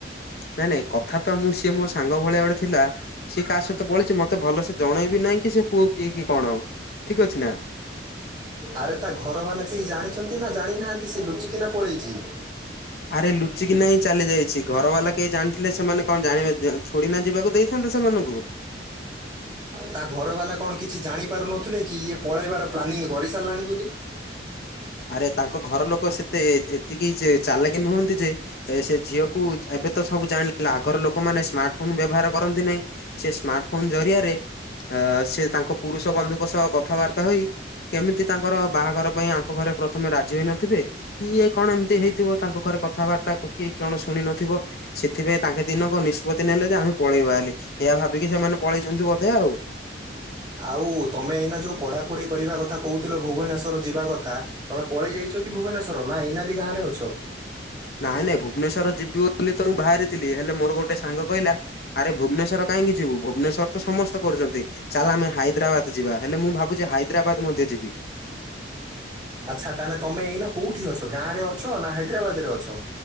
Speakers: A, on the left (about 55°); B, on the right (about 25°).
A: ନାଇଁ-ନାଇଁ କଥା ତ ମୁଁ ସିଏ ମୋ ସାଙ୍ଗ ଭଳିଆ ଗୋଟେ ଥିଲା ସିଏ କାହା ସହିତ ପଳେଇଚି ମତେ ଭଲସେ ଜଣେଇବି ନାହିଁ କି ସେ ପୁଅ କିଏ କି କଣ ଠିକ୍ ଅଛି ନା।
B: ଆରେ ତା ଘର ବାଲା କେହି ଜାଣିଛନ୍ତି ନା ଜାଣିନାହାଁନ୍ତି ସେ ଲୁଚିକିନା ପଳେଇଚି।
A: ଆରେ ଲୁଚିକିନା ହିଁ ଚାଲି ଯାଇଛି ଘର ବାଲା କେହି ଜାଣିଥିଲେ ସେମାନେ କଣ ଜାଣେ ଛୁଡି ନା ଯିବାକୁ ଦେଇ ନ୍ତେ ସେମାନଙ୍କୁ।
B: ତା ଘର ବାଲା କଣ କିଛି ଜାଣିପାରୁନଥିଲେ କି ଇଏ ପଳେଇବାର ପ୍ଲାନିଂ କରିସାରିଲାଣି ବୋଲି?
A: ଆରେ ତାଙ୍କ ଘର ଲୋକ ସେତେ ଏତିକି ଚାଲା କିି ନୁହନ୍ତି ଯେ ଏ ସେ ଝିଅକୁୁ ଏବେ ତ ସବୁ ଜାଣିଲା ଆଗର ଲୋକମାନେ ସ୍ମାର୍ଟ୍ ଫୋନ୍ ବ୍ୟବହାର କରନ୍ତି ନାଇଁ। ‍ ସିଏ ସ୍ମାର୍ଟ୍ ଫୋନ୍ ଜରିଆରେ ଅ ସେ ତାଙ୍କ ପୁରୁଷ ବନ୍ଧୁଙ୍କ ସହ କଥାବାର୍ତ୍ତା ହୋଇ, କେମିତି ତାଙ୍କର ବାହାଘର ପାଇଁ ତାଙ୍କ ଘରେ ପ୍ରଥମେ ରାଜି ହୋଇ ନଥିବେ କି ଇଏ କଣ ଏମିତି ହେଇଥିବ ତାଙ୍କ ଘରେ କଥାବାର୍ତ୍ତା କି କଣ ଶୁଣି ନଥିବ ସେଥିପାଇଁ ତାଙ୍କେ ଦିନକ ନିଷ୍ପତ୍ତି ନେଲେ ଯେ ଆମେ ପଳେଇବା ହେଲେ ଏହା ଭାବିକି ସେମାନେ ପଳେଇଛନ୍ତି ବୋଧେ ଆଉ।
B: ଆଉ ତମେ ଏଇନା ଯୋଉ ପଢାପଢି କରିବା କଥା କହୁଥିଲ ଭୁବନେଶ୍ଵର ଯିବା କଥା ତୁମେ ପଳାଇ ଯାଇଛ କି ଭୁବନେଶ୍ୱର, ନା ଏଇନା ବି ଗାଁରେ ଅଛ?
A: ନାଇଁ ନାଇଁ ଭୁବନେଶ୍ୱର ଯିବି ବୋଲି ତ ମୁଁ ବାହାରିଥିଲି ହେଲେ ମୋର ଗୋଟେ ସାଙ୍ଗ କହିଲା ଆରେ ଭୁବନେଶ୍ୱର କାହିଁକି ଯିବୁ ଭୁବନେଶ୍ୱର ତ ସମସ୍ତେ କରୁଛନ୍ତି। ଚାଲ ଆମେ ହାଇଦ୍ରାବାଦ ଯିବା ହେଲେ ମୁଁ ଭାବୁଛି ହାଇଦ୍ରାବାଦ ମଧ୍ୟ ଯିବି।
B: ଆଚ୍ଛା ତା ହେଲେ ତୁମେ ଏଇନା କେଉଁଠି ଅଛ ଗାଁରେ ଅଛ ନା ହାଇଦ୍ରାବାଦରେ ଅଛ?